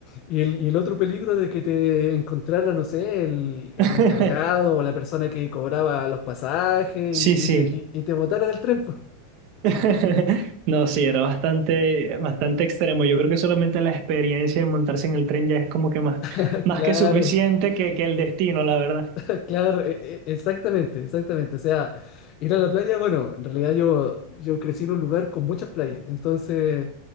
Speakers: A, on the left; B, on the right.
A: y el, y el otro peligro de que te encontrara, no sé, el, el
B: <laughs>
A: encargado o la persona que cobraba los pasajes
B: Sí,
A: y,
B: sí.
A: y te, y, y te botara del tren.
B: <laughs> No, sí, era bastante, bastante extremo. Yo creo que solamente la experiencia de montarse en el tren ya es como que más,
A: <laughs>
B: más
A: Claro,
B: que suficiente que, que el destino, la verdad.
A: <laughs> Claro, e- e- exactamente, exactamente. O sea, ir a la playa, bueno, en realidad yo, yo crecí en un lugar con muchas playas, entonces